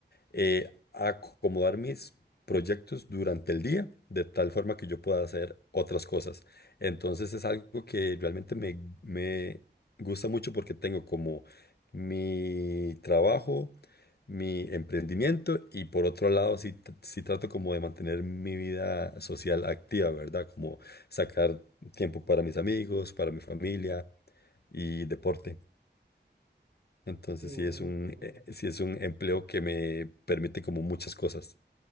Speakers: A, on the left; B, on the right.
A: eh, acomodar mis proyectos durante el día, de tal forma que yo pueda hacer otras cosas. Entonces es algo que realmente me, me gusta mucho porque tengo como mi trabajo, mi emprendimiento y por otro lado sí, tr- sí trato como de mantener mi vida social activa, ¿verdad? Como sacar tiempo para mis amigos, para mi familia y deporte. Entonces
B: Qué bueno,
A: sí es un,
B: qué bueno.
A: eh, sí es un empleo que me permite como muchas cosas.